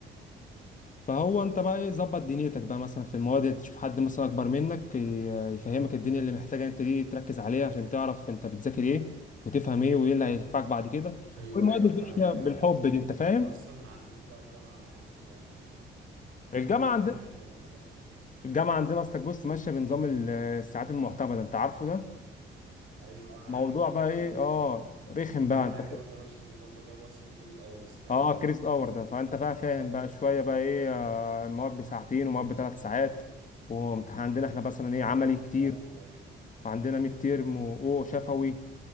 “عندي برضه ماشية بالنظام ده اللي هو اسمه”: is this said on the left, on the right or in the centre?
Right